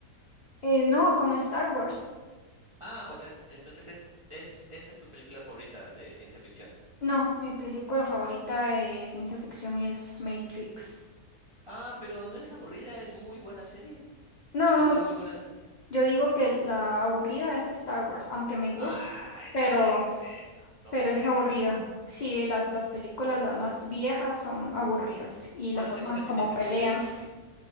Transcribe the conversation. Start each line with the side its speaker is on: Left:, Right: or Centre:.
Left: Eh, no, con Star Wars.
Right: Ah, o sea, entonces es, es, esa es tu película favorita de ciencia ficción.
Left: No, mi película favorita de ciencia ficción es Matrix.
Right: Ah, pero no es aburrida, es muy buena serie.
Left: No,
Right: Digo, es
Left: no,
Right: muy buena.
Left: yo digo que la aburrida es Star Wars, aunque me gusta,
Right: Ay,
Left: pero,
Right: no me digas eso. ¿Cómo
Left: pero es
Right: crees?
Left: aburrida. Sí, las, las películas las más viejas son aburridas y
Right: Bueno,
Left: la forma
Right: tengo que admitir
Left: como
Right: que
Left: pelean.
Right: son lentas, sí.